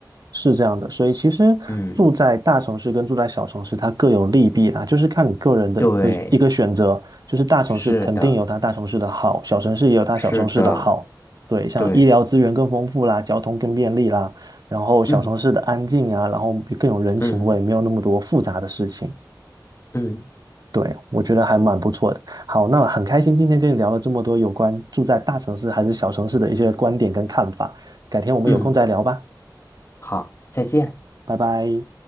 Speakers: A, on the right; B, on the left.
A: 是这样的。所以其实住在大城市跟住在小城市，
B: 嗯，
A: 它各有利弊啦，就是看你个人的一个一个选择。
B: 对，
A: 就是大城市肯定有它大城市的好，
B: 是的。
A: 小城市也有它小城市的好。
B: 是的，
A: 对，像医疗资源更丰富啦，
B: 对，
A: 交通更便利啦，然后小城市的安静啊，
B: 嗯
A: 然后更有人情味，
B: 嗯
A: 没有那么多复杂的事情。
B: 嗯
A: 对，我觉得还蛮不错的。好，那很开心今天跟你聊了这么多有关住在大城市还是小城市的一些观点跟看法。改天我们有空再聊吧，
B: 嗯，好，再见。
A: 拜拜。